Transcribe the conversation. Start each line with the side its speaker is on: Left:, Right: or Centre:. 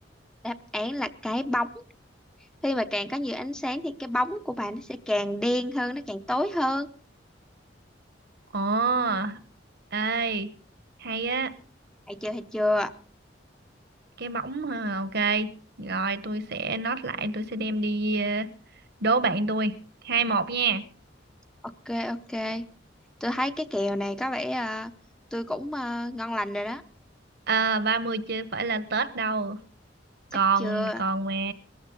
Centre: đáp án là cái bóng khi mà càng có nhiều ánh sáng thì cái bóng của bạn nó sẽ càng đen hơn nó càng tối hơn
Right: ồ ê hay á
Centre: thấy chưa thấy chưa
Right: cái bóng ha, ok rồi tôi sẽ note lại tôi sẽ đem đi ờ, đố bạn tôi hai một nha
Centre: ok ok tôi thấy cái kèo này có vẻ ờ, tôi cũng ờ, ngon lành rồi đó
Right: à, ba mươi chưa phải là Tết đâu
Centre: chắc
Right: còn
Centre: chưa
Right: còn mà